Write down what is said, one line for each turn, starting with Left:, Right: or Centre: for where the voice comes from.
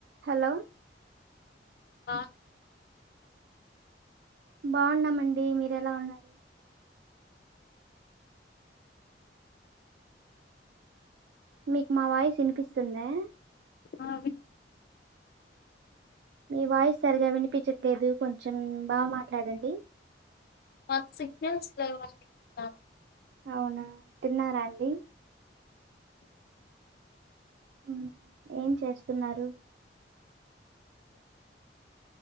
Right: Hello
Left: ఆ
Right: బాగున్నామండి మీర ఎలా ఉన్నారు మీకు మా వాయిస్ వినిపిస్తుందా
Left: ఆ వి
Right: మీ వాయిస్ సరిగా వినిపించట్లేదు కొంచెం బాగా మాట్లాడండి
Left: మాకు సిగ్నల్స్ లేవండి ఇక్కడ
Right: అవునా తిన్నారా అండి ఉ ఏం చేస్తున్నారు.